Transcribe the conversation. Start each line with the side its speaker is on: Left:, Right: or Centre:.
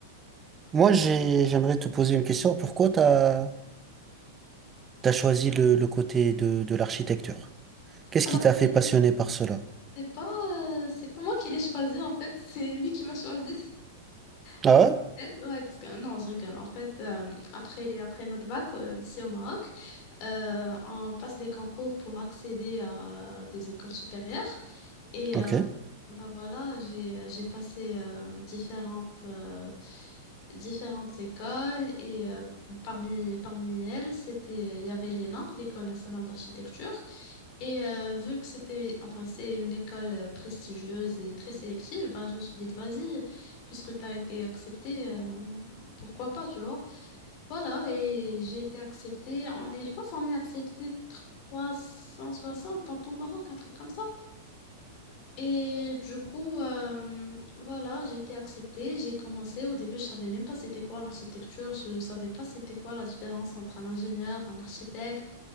Right: Moi, j'ai- j'aimerais te poser une question. Pourquoi t'as, t'as choisi le, le côté de, de l'architecture? Qu'est-ce
Left: Alors,
Right: qui t'a
Left: c'est
Right: fait passionner par cela?
Left: c'est pas, euh, c'est pas moi qui l'ai choisi en fait, c'est lui qui m'a choisi. Enfin,
Right: Ah ouais?
Left: peut-être, ouais, parce que ah non, je rigole. En fait, euh, après, après notre bac, euh, ici au Maroc, euh, on passe des concours pour accéder à des écoles supérieures. Et
Right: Ok.
Left: euh, bah voilà, j'ai, j'ai passé euh, différentes, euh, différentes écoles et euh, parmi, parmi elles, c'était, il y avait l'ENA, l'École nationale d'architecture. Et euh, vu que c'était, enfin, c'est une école euh, prestigieuse et très sélective, ben, je me suis dit, vas-y puisque tu as été acceptée, euh, pourquoi pas, tu vois. Voilà, et j'ai été acceptée. On est, je pense qu'on est accepté 360 dans tout le Maroc, un truc comme ça. Et du coup, euh, voilà, j'ai été acceptée. J'ai commencé. Au début, je savais même pas c'était quoi l'architecture. Je savais pas c'était quoi la différence entre un ingénieur, un architecte.